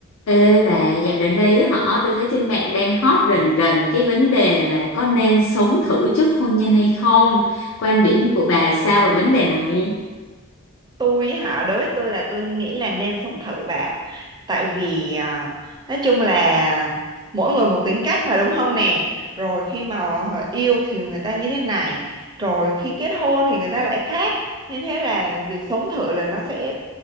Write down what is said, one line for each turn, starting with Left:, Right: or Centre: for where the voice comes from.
Left: Ê bà, dạo đến đây á hả, tôi thấy trên mạng đang hot rần rần cái vấn đề mà có nên sống thử trước hôn nhân hay không? Quan điểm của bà sao về vấn đề này?
Right: tôi ấy hả đối với tôi là tôi nghĩ là nên sống thử bạn tại vì à, nói chung là mỗi người một tính cách mà đúng không nè rồi khi mà họ yêu thì người ta như thế này rồi khi kết hôn thì người ta lại khác nên thế là việc sống thử là nó sẽ